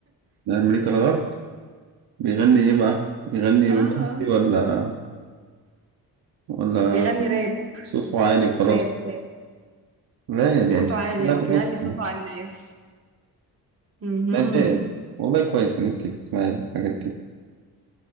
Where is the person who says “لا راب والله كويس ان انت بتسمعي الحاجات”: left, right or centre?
Right